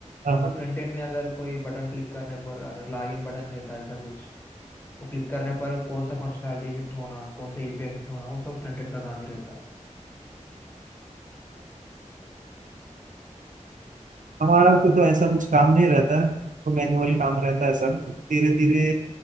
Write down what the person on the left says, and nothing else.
तो
फ्रंट एंड में अगर कोई बटन क्लिक करने पर अगर लॉगिन बटन रहता है ऐसा कुछ वो क्लिक करने पर कौन सा फंक्शनलिटी हिट होना कौन सा एपीआई हिट होना वो सब फ्रंट एंड का काम ही रहता